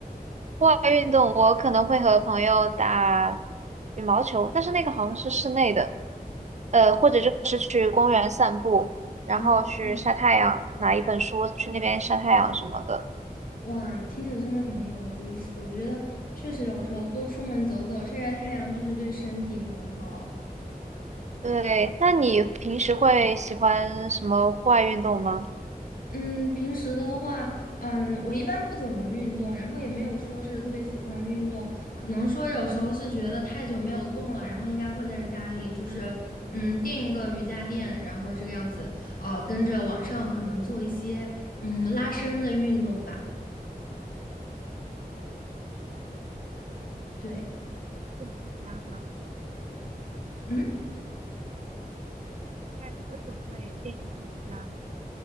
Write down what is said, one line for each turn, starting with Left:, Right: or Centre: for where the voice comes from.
Right: 户外运动，我可能会和朋友打羽毛球，但是那个好像是室内的，呃，或者就是去公园散步，然后去晒太阳，
Left: 啊，嗯
Right: 拿一本书去那边晒太阳什么的。
Left: 哇，听着真的很有意思。我觉得确实有时候多出门走走，晒晒太阳，确实对身体很好。
Right: 对，那你平时会喜欢什么户外运动吗？
Left: 嗯，平时的话，嗯，我一般不怎么运动，然后也没有说是特别喜欢的运动，可能说有时候是觉得太久没有动了，然后应该会在家里就是嗯垫一个瑜伽垫，然后这个样子，呃，跟着网上可能做一些嗯拉伸的运动吧，对，
Right: 练一下，
Left: 嗯。
Right: 大概多久会练一次瑜伽？